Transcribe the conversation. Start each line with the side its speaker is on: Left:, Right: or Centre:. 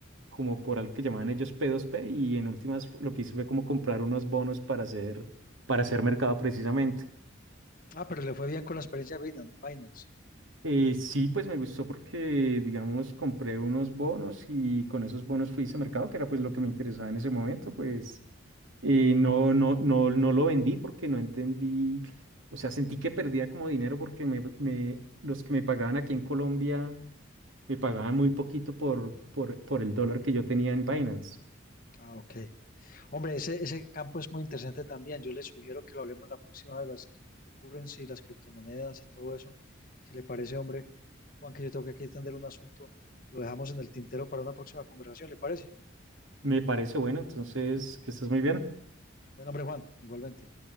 Right: como por algo que llamaban ellos P2P y en últimas fu- lo que hice fue como comprar unos bonos para hacer, para hacer mercado precisamente.
Left: Ah, pero le fue bien con la experiencia de Binan- Binance.
Right: Eh, sí, pues me gustó porque, digamos, compré unos bonos y con esos bonos fui a ese mercado, que era pues lo que me interesaba en ese momento, pues eh, no, no, no, no lo vendí porque no entendí, o sea, sentí que perdía como dinero porque me, me- los que me pagaban aquí en Colombia me pagaban muy poquito por, por, por el dólar que yo tenía en Binance.
Left: Ah, ok. Hombre, ese, ese campo es muy interesante también. Yo les sugiero que lo hablemos la próxima vez, las cryptocurrency, las criptomonedas y todo eso. Si le parece, hombre, Juan, que yo tengo que aquí atender un asunto, lo dejamos en el tintero para una próxima conversación, ¿le parece?
Right: Me parece bueno, entonces, que estás muy bien.
Left: Bueno, hombre, Juan, igualmente.